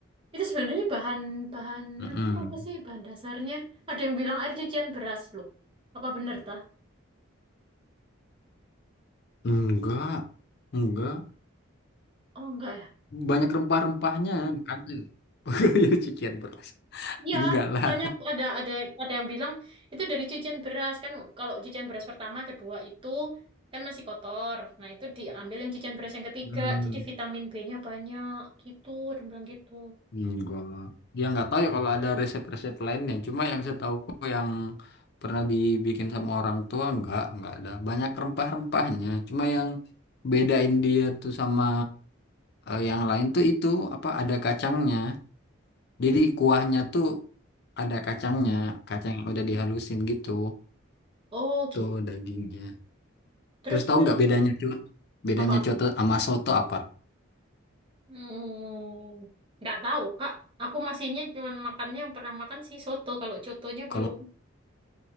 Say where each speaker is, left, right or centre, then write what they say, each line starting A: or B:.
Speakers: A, on the right; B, on the left.
A: Itu sebenarnya bahan bahan
B: Mm-mm.
A: anunya apa sih bahan dasarnya? Ada yang bilang air cucian beras loh. Apa bener tah?
B: Enggak, enggak.
A: Oh enggak ya.
B: Banyak rempah-rempahnya, makanya <laughs> jadi cucian beras.
A: Iya,
B: Enggak lah.
A: soalnya ada ada ada yang bilang itu dari cucian beras kan kalau cucian beras pertama, kedua itu kan masih kotor. Nah, itu diambil yang cucian beras yang ketiga.
B: Hmm.
A: Jadi vitamin B-nya banyak gitu, ada yang bilang gitu.
B: Hmm, gua ya nggak tahu ya kalau ada resep-resep lainnya. Cuma yang setauku yang pernah dibikin sama orang tua nggak nggak ada. Banyak rempah-rempahnya. Cuma yang bedain dia tuh sama eh, yang lain tuh itu apa ada kacangnya.
A: Mm.
B: Jadi kuahnya tuh ada kacangnya, kacang yang udah dihalusin gitu.
A: Oh, gitu.
B: Tuh dagingnya.
A: Terus
B: Terus tahu
A: terus
B: nggak bedanya tuh? Bedanya
A: apa?
B: coto sama soto apa?
A: Hmm, nggak tahu, Kak. Aku masihnya cuma makannya yang pernah makan sih soto. Kalau cotonya belum.
B: Kalau